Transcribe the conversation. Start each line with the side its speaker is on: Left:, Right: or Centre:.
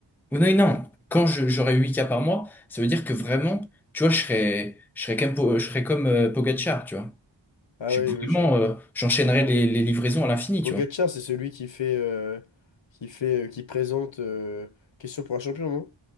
Centre: Ou non, non. Quand je- j'aurai huit k par mois, ça veut dire que vraiment, tu vois, je serai, je serai comme, Po- je serai comme euh, Pogacar, tu vois.
Left: Ah
Centre: Je
Left: oui,
Centre: suis vraiment,
Left: oui, je vois.
Centre: euh, j'enchaînerai les, les livraisons à l'infini,
Left: Pogacar,
Centre: tu vois.
Left: c'est celui qui fait, euh, qui fait, euh, qui présente euh, Question pour un champion, non?